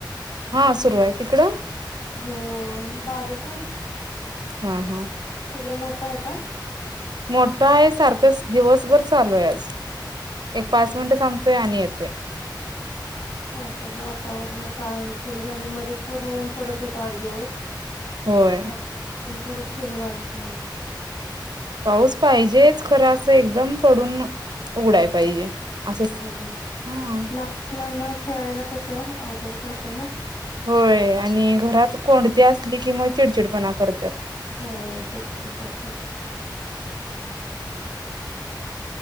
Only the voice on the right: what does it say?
हा, सुरू आहे तिकडं.
हा हा,
मोठा आहे सारखचं दिवसभर चालू आहे. आज एक पाच
मिनिट थांबतोय आणि येत ''--'' तोय.
होय
पाऊस पाहिजेचं खरं अस. फक्त एकदम पडून उघडाय पाहिजे असं स
हम्म,
होय आणि घरात कोंडती असली की, मग चिडचिडपणा करत्यात.